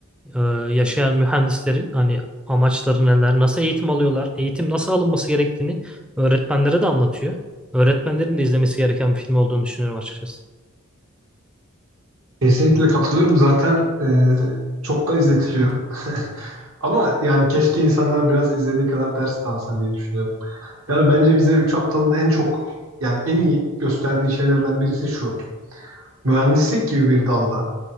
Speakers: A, in the centre; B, on the right.
A: e, yaşayan mühendislerin hani amaçları neler, nasıl eğitim alıyorlar, eğitim nasıl alınması gerektiğini öğretmenlere de anlatıyor. Öğretmenlerin de izlemesi gereken bir film olduğunu düşünüyorum açıkçası.
B: Kesinlikle katılıyorum. Zaten e, çok da izletiliyor. <laughs> Ama yani keşke insanlar biraz izlediği kadar ders de alsa diye düşünüyorum. Yani bence bize Üç Aptal'ın en çok yani en iyi gösterdiği şeylerden birisi şu. Mühendislik gibi bir dalda